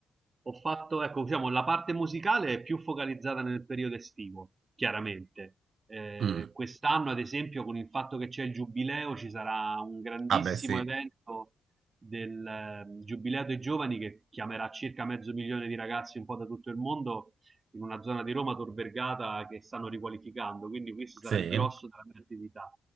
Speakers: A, on the right; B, on the right.
A: Ho fatto, ecco, diciamo, la parte musicale è più focalizzata nel periodo estivo, chiaramente. Eh,
B: Mm.
A: quest'anno, ad esempio, con il fatto che c'è il giubileo, ci sarà un grandissimo
B: Ah beh sì,
A: evento del eh, Giubileo dei Giovani che chiamerà circa mezzo milione di ragazzi un po' da tutto il mondo in una zona di Roma, Tor Vergata, che stanno riqualificando, quindi questo sarà
B: sì.
A: il grosso della mia attività.